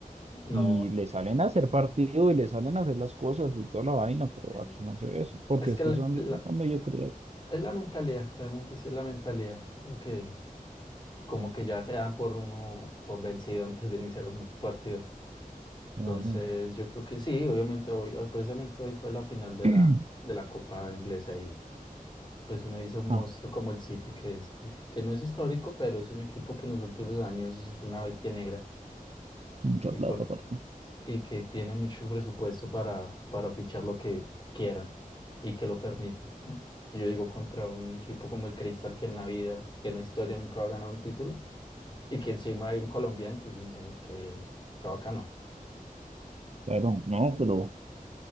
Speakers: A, on the left (about 30°); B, on the right (about 50°).
A: no,
B: y le salen a hacer partido y le salen a hacer las cosas y toda la vaina, pero
A: Mm.
B: aquí no se ve eso, porque
A: es
B: es
A: que
B: que
A: la-
B: son
A: la-
B: la mediocridad.
A: es la mentalidad, realmente sí es la mentalidad, lo que... como que ya se dan por uno por vencido <laughs> antes de iniciar un partido.
B: No,
A: Entonces,
B: no.
A: yo creo que sí, obviamente hoy, hoy- precisamente hoy fue la final de
B: <clears throat>
A: la, de la Copa Inglesa y pues uno dice un
B: Ah,
A: monstruo como el City, que, es, que no es histórico, pero es un equipo que en los últimos años es una bestia negra
B: mucha
A: y,
B: plata
A: con,
B: aparte.
A: y que tiene mucho presupuesto para, para fichar lo que quieran y que lo permiten. ¿eh? Yo digo contra un equipo como el Crystal que en la vida, que en la historia nunca va a ganar un título y que encima hay un colombiano, pues fíjense, qué, qué bacano.
B: Claro, no, pero,